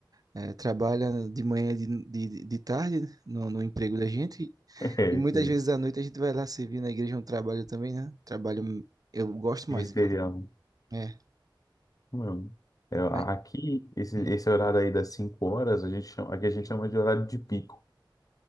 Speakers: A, on the right; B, on the left.
A: É, trabalha de manhã e de, de, de tarde no, no emprego da gente
B: <laughs> É,
A: e muitas
B: sim.
A: vezes à noite a gente vai lá servir na igreja é um trabalho também, né? Trabalho eu gosto
B: ministerial.
A: mais, inclusive. É,
B: Não. É, a-
A: mas-
B: aqui, esse,
A: hum.
B: esse horário aí das 5 horas, a gente chama, aqui a gente chama de horário de pico.